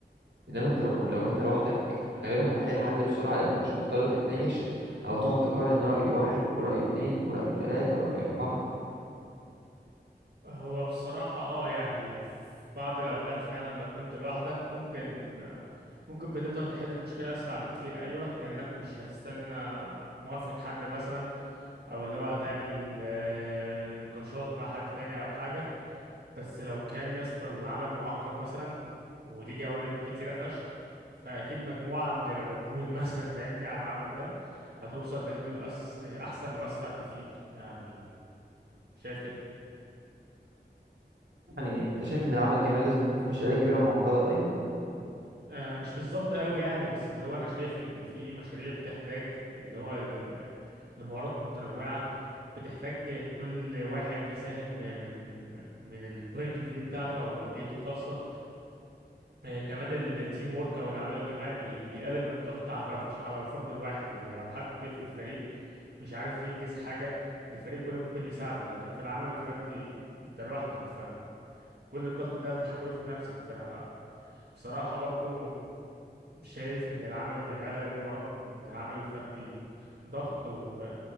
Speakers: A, on the right; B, on the right.
A: انما انت لو لو انت لوحدك غالبا هتلاقي الحل بسرعه لانك مش مضطر تتناقش او تقعد تقارن راي واحد وراي اتنين وراي تلاته وراي اربعه
B: هو بصراحة اه يعني في بعض الأوقات فعلا لو كنت لوحدك ممكن ممكن بتقدر تحل المشكلة أسرع بكتير أيوة لأنك مش هتستنى موافقة حد مثلا أو اللي هو هتعمل آه، نقاشات مع حد تاني أو حاجة بس لو كان يا اسطى العمل معقد مثلا وليه جوانب كتيرة فشخ فأكيد مجموعة من العقول <laughs> مثلا فاهمني على العمل ده هتوصل لحلول أس... آه، أحسن وأسرع بكتير يعني شايف كده
A: يعني انت شايف ان العمل الجماعي لازم يكون في مشاريع كبيره ومعقده طيب
B: آه، مش بالظبط قوي يعني بس اللي هو انا شايف ان في مشاريع بتحتاج اللي هو ل- لمهارات متنوعة بتحتاج كل واحد يساهم ب- من من البوينت اوف فيو بتاعته او رؤيته الخاصة آه، كمان التيم وورك او العمل الجماعي بي- بيقلل من الضغط على الش- على الفرد الواحد يعني لو حد في الفريق مش عارف ينجز حاجة الفريق كله ممكن يساعده لكن في العمل الفردي انت لوحدك كل الضغط ده هتتحمله في نفسك فانا بصراحة برضو شايف ان العمل الجماعي لا يقارن وان العمل الفردي ضغط و...